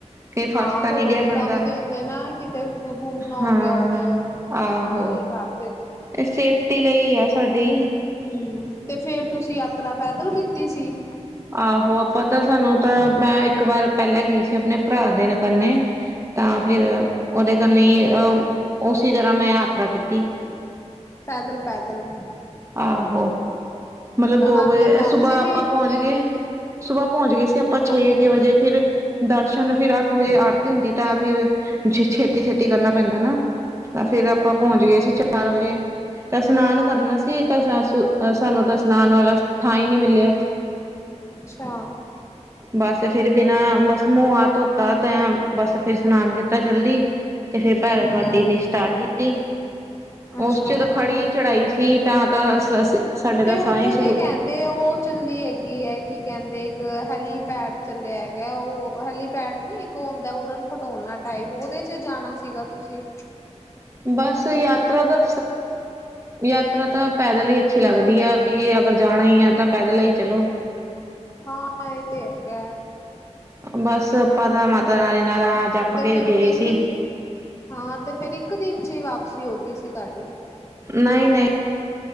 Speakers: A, on the right (about 25°); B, on the left (about 25°).
A: ਕਿ ਫਸ
B: ਹਾਂ
A: ਤਾਂ
B: ਫੇਰ
A: ਨਹੀਂ
B: ਉਹਨੂੰ
A: ਗਿਆ ਬੰਦਾ
B: ਲੱਭ ਦੇ ਹੁੰਦੇ ਨਾ ਕਿਤੇ ਘੁੰਮ ਨਾ ਹੋ
A: ਹਾਂ
B: ਗਿਆ ਹੋਵੇ ਉਹ
A: ਆਹੋ
B: ਹਾਂ ਇਹ ਕਰ
A: ਸੇਫਟੀ ਲਈ ਆ ਸਾਡੀ
B: ਹੂੰ, ਤੇ ਫੇਰ ਤੁਸੀਂ ਯਾਤਰਾ ਪੈਦਲ ਕੀਤੀ ਸੀ
A: ਆਹੋ ਆਪਾਂ ਤਾਂ ਸਾਨੂੰ ਤਾਂ ਮੈਂ ਇੱਕ ਵਾਰ ਪਹਿਲਾਂ ਗਈ ਸੀ ਆਪਣੇ ਭਰਾ ਦੇ ਕੰਨੇ ਤਾਂ ਫਿਰ ਉਹਦੇ ਕੰਨੇ ਅਹ
B: ਅੱਛਾ
A: ਉਸੇ ਤਰ੍ਹਾਂ ਮੈਂ ਯਾਤਰਾ ਕੀਤੀ
B: ਪੈਦਲ ਪੈਦਲ,
A: ਆਹੋ ਮਤਲਬ ਦੋ
B: ਆਂਦੇ
A: ਵਜੇ
B: ਵਾਪਸੀ
A: ਸੁਬਾਹ ਆਪਾਂ
B: ਵੀ
A: ਪਹੁੰਚ ਗਏ ਸੁਬਾਹ ਪਹੁੰਚ ਗਏ ਸੀ ਆਪਾਂ ਛੇ
B: ਅੱਛਾ
A: ਕੇ ਵਜੇ
B: ਜੀ
A: ਫੇਰ ਦਰਸ਼ਨ ਫਿਰ ਅੱਠ ਵਜੇ
B: ਹਾਂਜੀ
A: ਆਰਤੀ ਹੁੰਦੀ ਤਾਂ ਫੇਰ ਛੇਤੀ ਛੇਤੀ ਕਰਨਾ
B: ਹੂੰ
A: ਪੈਂਦਾ ਨਾ ਫੇਰ ਆਪਾਂ ਪਹੁੰਚ
B: ਹਾਂ
A: ਗਏ ਸੀ ਚਾਰ ਵਜੇ ਤੇ ਇਸ਼ਨਾਨ ਕਰਨਾ ਸੀ ਤਾਂ ਸਾਨੂੰ ਤਾਂ ਇਸਨਾਨ ਵਾਲਾ ਥਾਂ ਹੀ ਨਹੀ ਮਿਲਿਆ
B: ਅੱਛਾ
A: ਬਸ ਫਿਰ ਬਿਨਾਂ ਬਸ ਮੂੰਹ ਹਥ ਧੋ ਤ ਤੇ ਬਸ ਫੇਰ ਸਸ਼ਨਾਨ ਕੀਤਾ ਚਲਦੀ ਤੇ ਫੇਰ ਭੈਰੋ
B: ਹਮ
A: ਘਾਟੀ ਦੀ ਸਟਾਰਟ ਕੀਤਾ
B: ਅੱਛਾ
A: ਉਸ ਚ ਤਾਂ ਖੜੀ ਚੜਾਈ ਸੀ ਤਾਂ ਤਾਂ
B: ਤੇ
A: ਤਾਂ
B: ਉੱਥੇ
A: ਸਾਹ ਹੀ ਸ਼ੁਰੂ
B: ਤੇ ਕਹਿਣ ਤੇ ਉਹ ਚੱਲੀ ਹੈਗੀ ਐ ਕੀ ਕਹਿੰਦੇ ਇੱਕ ਹੈਲੀਪੈਡ ਚੱਲਿਆ ਹੈਗਾ ਉਹ ਹੈਲੀਪੈਡ ਨੀ ਇੱਕ ਇੱਕ ਹੁੰਦਾ ਉਡਨ ਖਲੋਣਾ ਟਾਈਪ ਉਹਦੇ ਚ ਜਾਣਾ ਸੀਗਾ ਤੁਸੀਂ
A: ਬਸ ਯਾਤਰਾ ਦਾ ਯਾਤਰਾ ਤਾਂ ਪੈਦਲ ਹੀ ਅੱਛੀ ਲੱਗਦੀ ਐ ਕਿ ਅਗਰ ਜਾਣਾ ਹੀ ਹੈ ਤਾਂ ਪੈਦਲ ਹੀ ਚਲੋ
B: ਹਾਂ ਇਹ ਤੇ ਹੈਗਾ
A: ਬਸ ਆਪਾਂ ਤਾਂ ਮਾਤਾ ਰਾਣੀ ਦਾ ਨਾ ਜਪ
B: ਤੇ
A: ਕੇ
B: ਫਿਰ
A: ਗਏ
B: ਇੱਕ
A: ਸੀ
B: ਹਾਂ, ਤੇ ਫੇਰ ਇੱਕ ਦਿਨ ਚ ਹੀ ਵਾਪਸੀ ਹੋ ਗਈ ਸੀ ਤੁਹਾਡੀ
A: ਨਹੀਂ -ਨਹੀਂ